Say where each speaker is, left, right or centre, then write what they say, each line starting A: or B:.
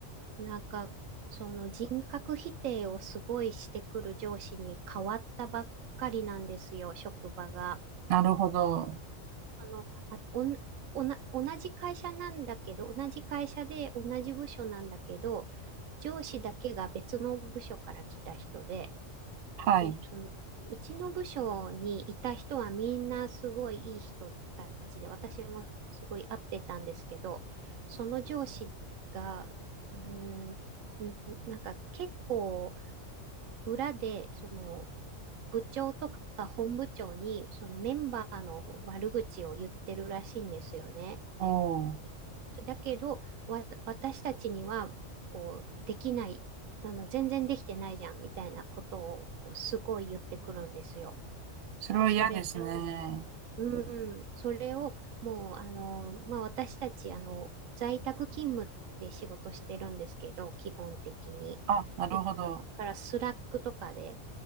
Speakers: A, on the right; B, on the right.
A: なんか、その人格否定をすごいしてくる上司に変わったばっかりなんですよ、職場が。
B: なるほど。
A: あの、あ、おん、おな、同じ会社なんだけど、同じ会社で同じ部署なんだけど、上司だけが別の部署から来た人で、
B: はい。
A: で、その、うちの部署にいた人はみんなすごいいい人たちで、私もすごい合ってたんですけど、その上司が、うーん、んなんか結構裏で、その、部長とか本部長にそのメンバーの悪口を言ってるらしいんですよね。
B: おお、
A: だけど、わ、私たちにはこうできない、あの全然できてないじゃんみたいなことをこうすごい言ってくるんですよ。
B: それは嫌ですね。
A: で、それをうん、それをもうあの、まあ、私たちあの在宅勤務で仕事してるんですけど、基本的に。
B: あ、なるほど。
A: でだからスラックとかで、